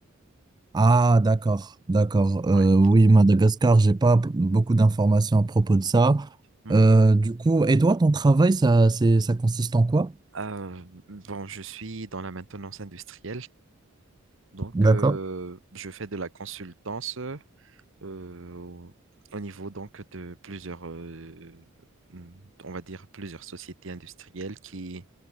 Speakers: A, on the right (about 20°); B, on the right (about 65°).
A: Ah, d'accord, d'accord. Euh,
B: Ouais.
A: oui, Madagascar, j'ai pas p- beaucoup d'informations à propos de ça.
B: Mhm.
A: Euh, du coup, et toi, ton travail, ça, c'est, ça consiste en quoi?
B: Euh, bon, je suis dans la maintenance industrielle, donc euh,
A: D'accord.
B: je fais de la consultance. euh, au au niveau donc de plusieurs, euh, hum, on va dire plusieurs sociétés industrielles qui,